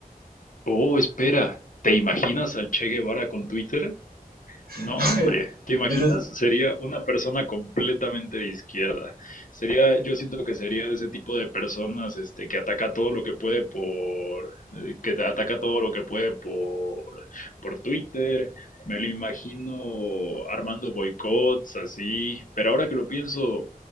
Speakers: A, on the left; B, on the right.
A: Oh, espera, ¿te imaginas al Che Guevara con Twitter? No,
B: <laughs>
A: hombre, ¿te imaginas?
B: ¿Ese es
A: Sería una persona completamente de izquierda. Sería, yo siento que sería de ese tipo de personas, este, que ataca todo lo que puede por, eh, que te ataca todo lo que puede por, por Twitter. Me lo imagino armando boicots así. Pero ahora que lo pienso,